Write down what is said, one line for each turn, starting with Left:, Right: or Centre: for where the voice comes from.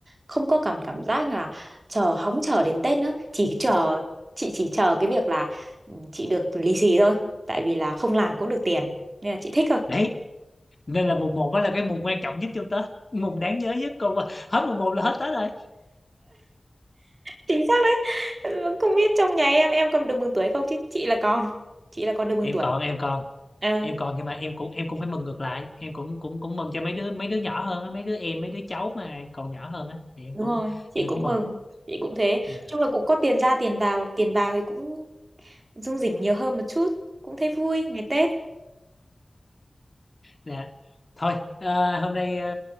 Right: không có cảm cảm giác là chờ hóng chờ đến Tết nữa chỉ chờ chị chỉ chờ cái việc là ừ, chị được lì xì thôi tại vì là không làm cũng được tiền nên là chị thích thôi
Left: đấy nên là mùng một mới là cái mùng quan trọng nhất trong Tết mùng đáng nhớ nhất còn qua- hết mùng một là hết Tết rồi
Right: chính xác đấy Ừ, không biết trong nhà em em còn được mừng tuổi không chứ chị là con chị là con được mừng
Left: em
Right: tuổi
Left: còn em còn
Right: Ờ,
Left: em còn nhưng mà em cũng em cũng phải mừng ngược lại em cũng cũng cũng mừng cho mấy đứa mấy đứa nhỏ hơn á mấy đứa em mấy đứa cháu mà còn nhỏ hơn á thì em
Right: đúng
Left: cũng
Right: rồi chị
Left: em
Right: cũng
Left: cũng mừng
Right: mừng chị cũng thế
Left: dạ
Right: chung là cũng có tiền ra tiền vào tiền vào thì cũng rung rỉnh nhiều hơn một chút cũng thấy vui ngày Tết
Left: dạ thôi ờ, hôm nay ờ,